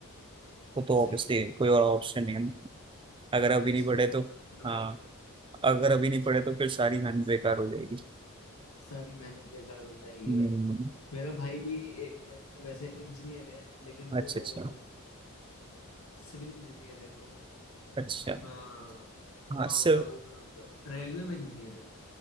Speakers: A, on the right; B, on the left.
A: वो तो ऑब्वियसली
B: सही सही है
A: कोई
B: भाई
A: और ऑप्शन नहीं है ना। अगर अभी
B: प्लेसमेंट
A: नहीं पढ़े
B: करना
A: तो
B: होगा ना
A: हाँ
B: भाई
A: अगर अभी नहीं पढ़े तो फिर सारी मेहनत बेकार हो जाएगी
B: सारी मेहनत बेकार हो जाएगी
A: हम्म
B: भाई मेरा भाई भी ए, ए, वैसे इंजीनियर है लेकिन
A: अच्छा
B: वो
A: अच्छा
B: सिविल इंजीनियर है वो
A: अच्छा
B: हाँ
A: हाँ
B: माउंट
A: सिर्फ
B: आबू में मतलब रेलवे में इंजीनियर है वो